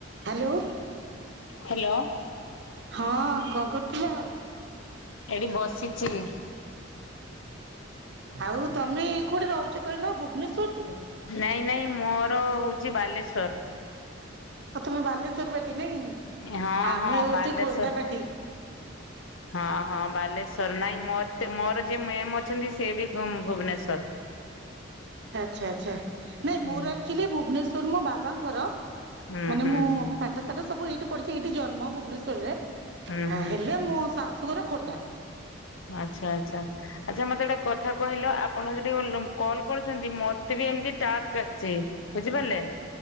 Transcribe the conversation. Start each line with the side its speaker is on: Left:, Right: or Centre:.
Right: Hello
Left: hello.
Right: ହଁ। କଣ କରୁଥିଲ?
Left: ଏଠି ବସିଚି।
Right: ଆଉ ତମେ କୋଉଠି ରହୁଚ କହିଲ ଭୁବନେଶ୍ଵରରେ?
Left: ନାଇଁ ନାଇଁ ମୋର ହଉଚି ବାଲେଶ୍ଵର।
Right: ଆଉ ତମେ ବାଲେଶ୍ଵର ପାଟି ନାଇଁ।
Left: ହଁ
Right: ଆମେ
Left: ହଁ
Right: ହଉଚୁ
Left: ବାଲେଶ୍ଵର।
Right: ଖୋର୍ଦ୍ଧା ପାଟି।
Left: ହଁ ହଁ ବାଲେଶ୍ଵର। ନାଇଁ ମତେ ମୋର ଯିଏ ମେମ୍ ଅଛନ୍ତି ସିଏ ବି ଭୁବନେଶ୍ୱର।
Right: ଆଚ୍ଛା ଆଚ୍ଛା। ନାଇଁ ମୋର
Left: ହୁଁ
Right: ଆକଚୁଆଲି ଭୁବନେଶ୍ଵର ମୋ ବାବାଙ୍କଘର।
Left: ହୁଁ
Right: ମାନେ
Left: ହୁଁ
Right: ମୁଁ ପାଠ ସାଠ ସବୁ ଏଇଠି ପଢଚି ଏଇଠି ଜନ୍ମ ଭୁବନେଶ୍ୱରରେ।
Left: ହୁଁ ହୁଁ
Right: ହେଲେ ମୋ ଶାଶୁଘର ଖୋର୍ଦ୍ଧା।
Left: ଆଚ୍ଛା ଆଚ୍ଛା। ଆଚ୍ଛା ମତେ ଗୋଟେ କଥା କହିଲ ଆପଣ ଯଠି କଲ୍ କରୁଛନ୍ତି ମ ମତେ ବି ଏମତି ଟାସ୍କ ଆସିଚି ବୁଝିପାରିଲେ।